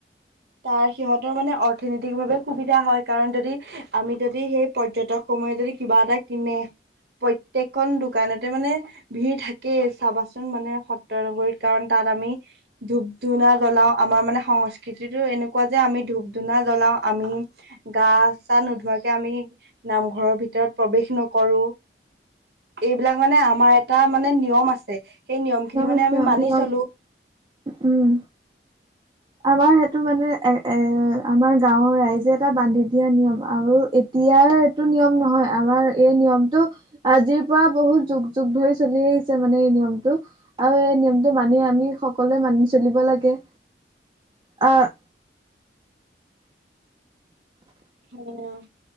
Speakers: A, on the right (about 65°); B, on the right (about 25°).
A: তাৰ সিহঁতৰ মানে অৰ্থনীতিক ভাৱে সুবিধা হয় কাৰণ যদি আমি যদি সেই পৰ্যটক সমূহে যদি কিবা এটা কিনে প্ৰত্যেকখন দোকানতে মানে ভিৰ থাকেই, চাবাচোন মানে সত্ৰনগৰীত। কাৰণ তাত আমি ধূপ ধূনা জ্বলাও, আমাৰ মানে সংস্কৃতিতো এনেকুৱা যে আমি ধূপ ধূনা জ্বলাও। আমি গা-চা নোধোৱাকে আমি নামঘৰৰ ভিতৰত প্ৰৱেশ নকৰো। এইবিলাক মানে আমাৰ এটা মানে নিয়ম আছে, সেই নিয়ম খিনি মানে
B: আছে
A: আমি মানি
B: নিয়ম
A: চলো।
B: উম। আমাৰ সেইটো মানে, এ এ আমাৰ গাঁওৰ ৰাইজে এটা বান্ধি দিয়া নিয়ম আৰু দিয়াৰ এইটো নিয়ম নহয়, আমাৰ এই নিয়মটো আজিৰ পৰা বহুত যুগ যুগ ধৰি চলি আহিছে মানে এই নিয়মটো আৰু এই নিয়মটো মানি আমি সকলোৱে মানি চলিব লাগে। অ'।
A: অ',